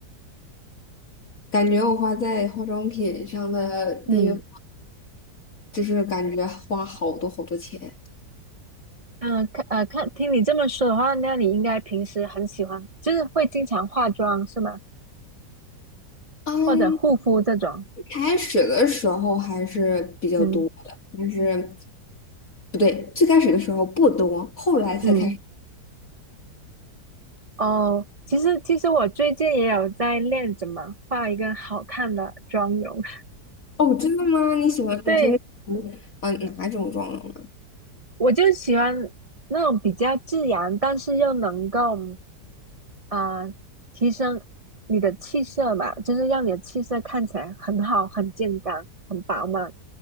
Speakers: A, on the left; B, on the right.
A: 感觉我花在化妆品上的地方，
B: 嗯。
A: 就是感觉花好多好多钱。
B: 嗯，看呃看，听你这么说的话，那你应该平时很喜欢，就是会经常化妆是吗？
A: 嗯。
B: 或者护肤这种？
A: 开始的时候还是比较多的，
B: 嗯
A: 但是不对，最开始的时候不多，后来才开始。
B: 嗯，哦，其实其实我最近也有在练怎么画一个好看的妆容。<laughs>
A: 哦，真的吗？你喜欢你平时嗯、
B: 对，
A: 呃哪种妆容啊？
B: 我就喜欢那种比较自然，但是又能够啊呃提升你的气色吧，就是让你的气色看起来很好、很健康、很饱满，